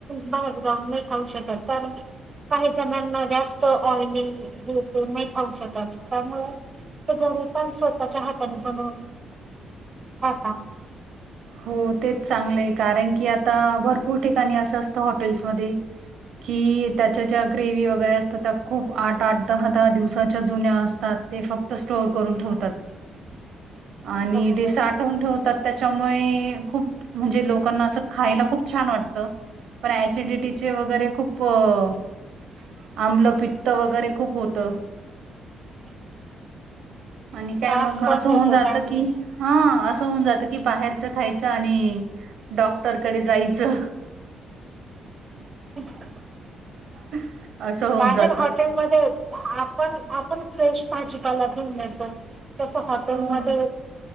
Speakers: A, on the right; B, on the right.
A: बाहेर जाऊन नाही खाऊ शकत. कारण काही जणांना जास्त ऑइली होेत नाही औषध अस त्यामुळे घरूनपण स्वतःच्या हाताने बनवून हो का
B: हो तेच चांगलंय कारण की आता भरपूर ठिकाणी असं असतं हॉटेल्समध्ये कि त्याच्या ज्या ग्रेवी वगैरे असतात त्या खूप आठ-आठ, दहा-दहा दिवसाच्या जुन्या असतात. ते फक्त स्टोअर करून ठेवतात.
A: <inaudible>
B: आणि
A: बरोबर
B: ते साठवून ठेवतात त्याच्या मुळे खूप म्हणजे लोकांना असं खायला खूप छान वाटत. पण ऍसिडिटीचे वगैरे खूप आमलं पित्त वगैरे खूप होतं.
A: <inaudible>
B: आणि काय
A: त्रास
B: मग
A: पण
B: असं
A: होतो
B: होऊन जात
A: त्यामुळे
B: की हा अस होऊन जात की बाहेरच खायचं आणि डॉक्टरकडे जायचं.
A: <unintelligible>
B: <unintelligible>
A: बाहेर
B: जातं.
A: हॉटेलमध्ये आपण आपण फ्रेश भाजीपाला देऊन तस हॉटेलमध्ये
B: हो